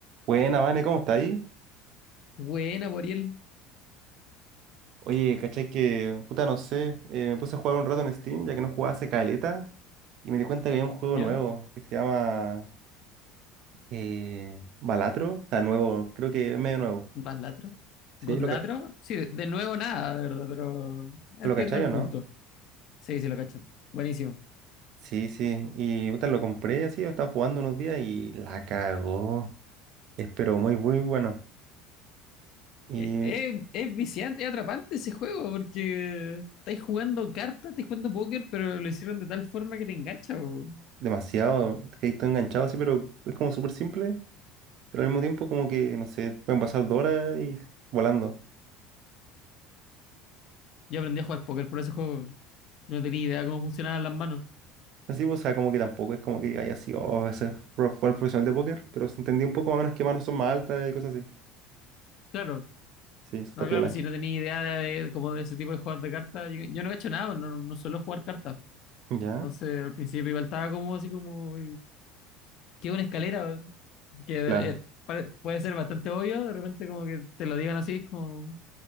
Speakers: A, on the right; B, on the left.
A: Buena, Vane, ¿cómo está ahí?
B: Buena, Boriel.
A: Oye, ¿cachai que, puta, no sé, eh, me puse a jugar un rato en Steam, ya que no jugaba hace caleta, y me di cuenta que había un juego
B: ¿Ya?
A: nuevo que se llama eh, Balatro, o sea, nuevo, creo que es medio nuevo.
B: ¿Vas latro?
A: ¿Sí?
B: ¿God
A: ¿Lo,
B: latro?
A: ca-
B: Sí, de, de nuevo nada, la verdad, pero entiendo
A: lo cachai
B: el
A: o
B: punto.
A: no?
B: Sí, sí, lo cacho. Buenísimo.
A: Sí, sí, y puta, lo compré así, lo estaba jugando unos días y la cagó. Es pero muy, muy bueno. Y
B: Eh, eh, es viciante, es atrapante ese juego, porque estáis jugando cartas, estáis jugando póker, pero lo hicieron de tal forma que te engancha. bo.
A: demasiado, que estoy enganchado así, pero es como súper simple, pero al mismo tiempo como que, no sé, pueden pasar dos horas y volando.
B: Yo aprendí a jugar póker por ese juego. No tenía idea cómo funcionaban las manos.
A: Así, pues, o sea, como que tampoco es como que haya sido oh, ese pro- jugador profesional de póker, pero se entendía un poco más o menos qué manos son más altas y cosas así.
B: Claro,
A: Sí, eso está
B: no, claro,
A: piola.
B: si no tenía idea de, de- como de ese tipo de juegos de cartas, yo, yo no he hecho nada, no, no no suelo jugar cartas.
A: ¿Ya?
B: Entonces al principio igual estaba como así como, que es una escalera que
A: Claro.
B: eh, pare- puede ser bastante obvio, de repente como que te lo digan así, es como,